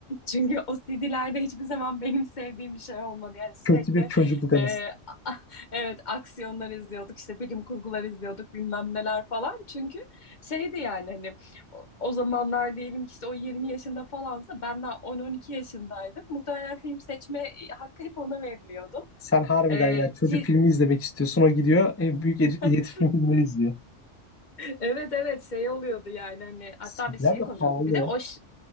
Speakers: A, on the left; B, on the left.
A: Çünkü o CD'lerde hiçbir zaman benim sevdiğim bir şey olmadı. Yani sürekli
B: Kötü bir çocukluk anısı.
A: e, <laughs> evet aksiyonlar izliyorduk, işte bilim kurgular izliyorduk, bilmem neler falan. Çünkü şeydi yani hani o, o zamanlar diyelim ki işte o 20 yaşında falansa ben daha 10-12 yaşındaydım. Muhtemelen film seçme hakkı hep ona veriliyordu.
B: Sen harbiden
A: E,
B: ya çocuk
A: ti-
B: filmi izlemek istiyorsun. O gidiyor e, büyük yet-
A: <laughs>
B: yetişkin filmleri izliyor.
A: Evet evet şey oluyordu yani hani hatta
B: CD'ler
A: bir şey
B: de
A: koyuyor.
B: pahalı.
A: Bir de o